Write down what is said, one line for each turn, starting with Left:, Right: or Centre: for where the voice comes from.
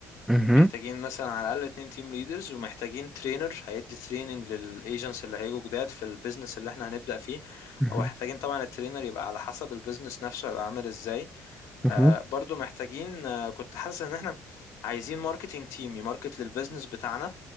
Centre: مهم.
Left: محتاجين مثلا على الاقل اتنين تيم ليدرز ومحتاجين ترينر هيدي تريننج للايجنتس اللي هيجوا جداد في البيزنس اللي احنا هنبدا فيه
Centre: مهم.
Left: ومحتاجين طبعا الترينر يبقى على حسب البيزنس نفسه هيبقى عامل ازاي
Centre: مهم.
Left: آه، برضو محتاجين آه، كنت حاسس ان احنا عايزين ماركتينج تيم يماركت للبيزنس بتاعنا